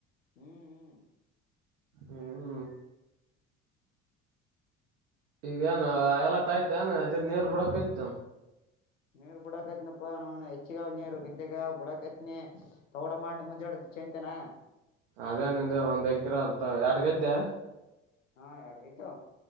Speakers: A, on the left; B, on the right.
A: ಹ್ಮ್ ಹ್ಮ್
B: ಹ್ಮ್ ಈಗ ಏನ ಎಲಾಟ ಆಯ್ತ ಏನ್ ಅದೇ ನೀೇರ್ ಬಿಡಕಯ್ತ
A: ನೀರ್ ಬುಡಾಕತ್ನಪ್ಪ ನಾ ಹೆಚ್ಚಗ ನೀರು ಗೆದ್ದಾಗ ಬುಡಕೈತ್ ನೀ ತಗಡ ಮಾಡಿ ಮುಂಜಾಡ ಚಂತೇನಾ
B: ಅದೇ ನಿ್ದ ಒಂದ್ ಎಕ್ರ ಅಲ್ತ ಎಡ್ಗ ಇದ್ದ್ಯಾ
A: ಹಾ ಎರಡ್ಗ ಇದದ್ದು